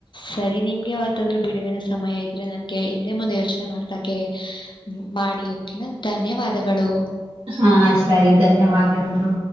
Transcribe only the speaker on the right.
ಹಾ ಸರಿ ಧನ್ಯವಾದಗಳು